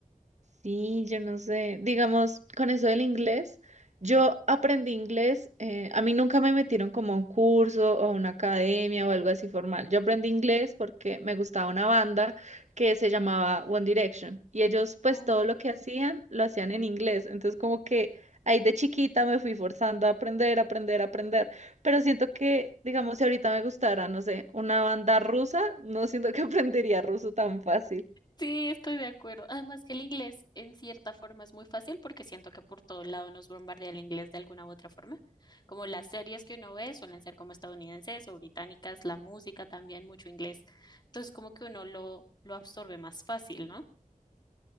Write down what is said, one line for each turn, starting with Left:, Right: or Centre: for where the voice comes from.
Right: Sí, yo no sé. Digamos, con eso del inglés, yo aprendí inglés. eh, a mí nunca me metieron como a un curso o a una academia o algo así formal. Yo aprendí inglés porque me gustaba una banda que se llamaba One Direction y ellos pues
Left: Obvio.
Right: todo lo que hacían lo hacían en inglés. Entonces como que ahí de chiquita me fui forzando a aprender, aprender, aprender. Pero siento que, digamos, si ahorita me gustara, no sé, una banda rusa, no siento que <laughs> aprendería ruso tan fácil.
Left: Sí, estoy de acuerdo. Además que el inglés en cierta forma es muy fácil porque siento que por todo lado nos bombardea el inglés de alguna u otra forma. Como las series que uno ve suelen ser como estadounidenses o británicas, la música también mucho inglés. Entonces como que uno lo, lo absorbe más fácil, ¿no?